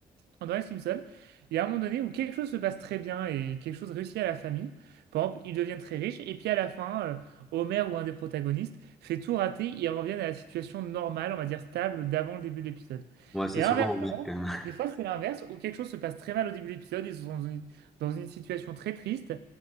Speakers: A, on the right; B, in the centre.
A: André Simpson, il y a un moment donné où quelque chose se passe très bien et quelque chose réussit à la famille. Par exemple, ils deviennent très riches et puis à la fin, euh, Homer ou un des protagonistes fait tout rater ils reviennent à la situation normale, on va dire stable, d'avant le début de l'épisode.
B: Ouais, c'est
A: Et
B: souvent
A: inversement,
B: au maire, quand même.
A: des fois c'est l'inverse où quelque chose se passe très mal au début de l'épisode, ils sont dans une, dans une situation très triste